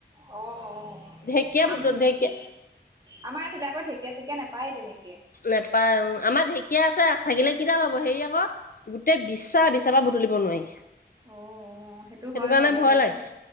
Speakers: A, on the right; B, on the left.
A: অ'অ'
B: ঢেকীয়া বুটত
A: অ
B: ঢেকীয়া
A: আমাৰ এইফালে আকৌ ঢেকীয়া চেকিয়া। এনেকে নেপায় তেনেকে।
B: নেপায় অ আমাৰ ঢেঁকীয়া আছে। থাকিলে কিদাল হব। হেৰি আকৌ গোটেই বিচা, বিচাৰ পৰা বুটলিব নোৱাৰি।
A: অ' অ' সেইটো হয়
B: কাৰণে
A: বাৰু, বিছা
B: ভয়
A: চিছা
B: লাগে